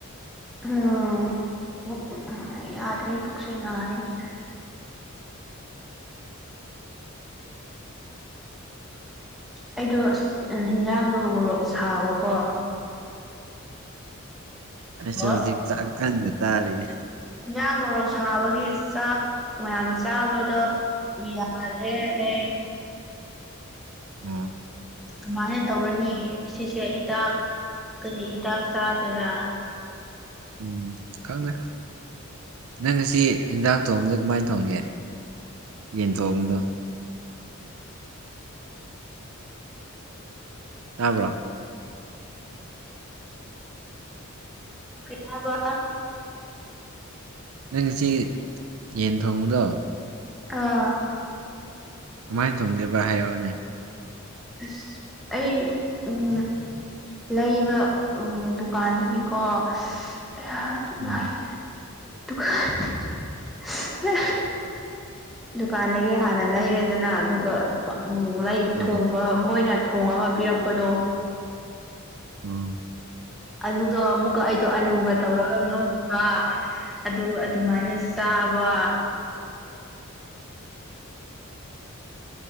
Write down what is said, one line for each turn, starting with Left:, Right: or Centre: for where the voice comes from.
Centre: <unintelligible> ꯄꯨꯛ ꯅꯥꯔꯦ ꯌꯥꯗ꯭ꯔꯦ ꯄꯨꯛꯁꯦ ꯅꯥꯔꯦꯅꯦ ꯑꯩꯗꯣ ꯑꯁ ꯑꯟ ꯍꯤꯟꯖꯥꯡꯗꯣ ꯃꯣꯔꯣꯛ ꯁꯥꯕꯀꯣ
Right: ꯑꯩꯁꯨ
Centre: ꯑꯣ
Right: ꯍꯧꯖꯤꯛ ꯆꯥꯛ ꯀꯥꯟꯅ ꯆꯔꯤꯌꯦ
Centre: ꯏꯟꯖꯥꯡ ꯃꯣꯔꯣꯛ ꯁꯥꯕꯒꯤ ꯆꯥꯛ ꯃꯌꯥꯝ ꯆꯥꯕꯗ ꯌꯥꯗ꯭ꯔꯦꯅꯦꯍꯦ
Right: ꯑꯣ
Centre: ꯀꯃꯥꯏꯅ ꯇꯧꯔꯅꯤ ꯁꯤꯁꯦ ꯍꯤꯗꯥꯛ ꯀꯔꯤ ꯍꯤꯗꯥꯛ ꯆꯥꯗꯣꯏꯔꯥ
Right: ꯎꯝ ꯈꯪꯗꯦ ꯅꯪ ꯉꯁꯤ ꯏꯟꯖꯥꯡ ꯊꯣꯡꯕꯗ ꯀꯃꯥꯏꯟ ꯊꯣꯡꯒꯦ ꯌꯦꯟ ꯊꯣꯡꯕꯗꯣ ꯇꯥꯕ꯭ꯔꯣ
Centre: ꯀꯔꯤ ꯍꯥꯏꯕ
Right: ꯅꯪ ꯉꯁꯤ ꯌꯦꯟ ꯊꯣꯡꯕꯗꯣ
Centre: ꯑꯥ
Right: ꯀꯃꯥꯏ ꯊꯣꯡꯒꯦꯕ ꯍꯥꯏꯔꯛꯑꯣꯅꯦ
Centre: ꯑꯁ ꯑꯩ ꯎꯝ ꯂꯩꯕ ꯎꯝ ꯗꯨꯀꯥꯟꯗꯒꯤꯀꯣ <unintelligible> <unintelligible>
Right: ꯎꯝ
Centre: ꯗꯨꯀꯥꯟꯗꯒꯤ ꯍꯥꯟꯅ ꯂꯩꯔꯦꯗꯅ ꯑꯗꯨꯒ ꯎ ꯂꯩ
Right: ꯎꯝ
Centre: ꯊꯣꯡꯕ ꯃꯣꯏꯅ ꯊꯣꯡꯉꯒ ꯄꯤꯔꯛꯄꯗꯣ
Right: ꯎꯝ
Centre: ꯑꯗꯨꯗꯣ ꯑꯃꯨꯛꯀ ꯑꯩꯗꯣ ꯑꯂꯨꯒ ꯇꯧꯔꯒ ꯉꯧꯕ ꯑꯗꯨꯒ ꯑꯗꯨꯃꯥꯏꯅ ꯆꯥꯕ